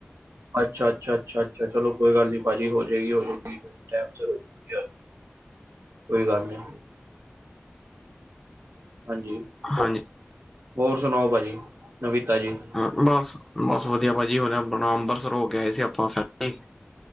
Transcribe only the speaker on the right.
ਅੱਛਾ -ਅੱਛਾ -ਅੱਛਾ -ਅੱਛਾ ਚਲੋ ਕੋਈ ਗੱਲ ਨੀ ਪਾਜੀ ਹੋ ਜਾਏਗੀ- ਹੋ ਜਾਏਗੀ। ਟੈਮ ਸਿਰ ਹੋਜੁਗੀ, ਕੋਈ ਗੱਲ ਨੀ। ਹਾਂਜੀ, ਹੋ
ਹੋਰ ਸੁਣਾਓ ਪਾਜੀ ਨਵੀ ਤਾਜੀ?